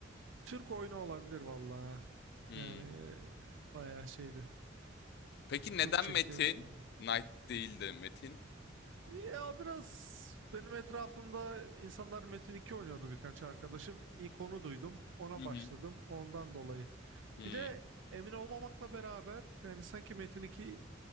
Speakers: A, on the right (about 70°); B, on the left (about 55°).
A: Türk oyunu olabilir valla.
B: Hmm.
A: Yani e, bayağı şeydi.
B: Peki neden
A: Türkçe
B: Metin?
A: şeyler vardı.
B: Knight değil de Metin?
A: E, Ya biraz benim etrafımda insanlar Metin 2 oynuyordu birkaç arkadaşım. İlk onu duydum. Ona
B: Hı hı.
A: başladım. Ondan dolayı.
B: Hmm.
A: Bir de emin olmamakla beraber yani sanki Metin 2